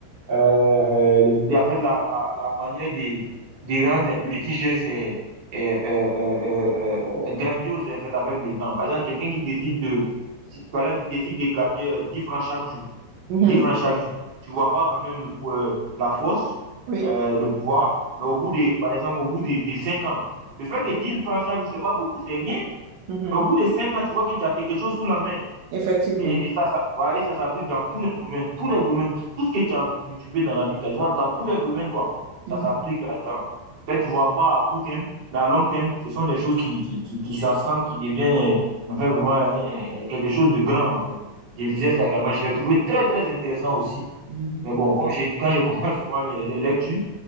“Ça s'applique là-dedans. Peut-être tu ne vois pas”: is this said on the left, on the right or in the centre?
Right